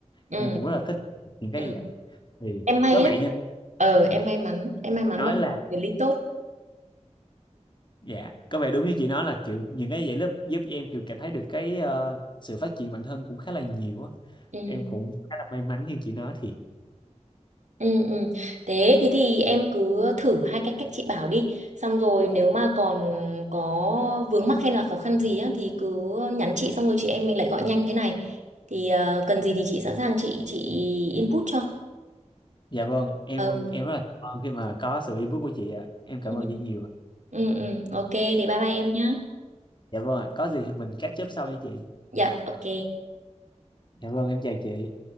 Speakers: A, on the right (about 80°); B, on the left (about 40°).
A: ừ,
B: em cũng rất là thích những cái
A: ừ.
B: như vậy thì
A: em may
B: có vẻ
A: đó
B: như
A: ờ em may mắn em may
B: chị
A: mắn
B: nói
A: và
B: là
A: quản lý tốt
B: dạ có vẻ đúng như chị nói là kiểu những cái vậy lớp giúp em kiểu cảm thấy được cái ờ, sự phát triển bản thân cũng khá là nhiều á
A: ừ.
B: em cũng khá là may mắn như chị nói thiệt
A: Ừ, ừ. Thế thì thì em cứ thử hai cái cách chị bảo đi xong rồi nếu mà còn có vướng mắc hay là khó khăn gì á thì cứ nhắn chị xong rồi chị em mình lại gọi nhanh thế này thì ờ, cần gì thì chị sẵn sàng chị chị input cho
B: dạ vâng em
A: Ờ,
B: em rất là cảm ơn khi mà có sự input của chị ạ em
A: ừ.
B: cảm ơn chị nhiều ạ.
A: Ừ, ừ. Ok thế bye bye em nhé
B: dạ vâng ạ có gì thì mình catch up sau nha chị
A: dạ ok
B: dạ vâng em chào chị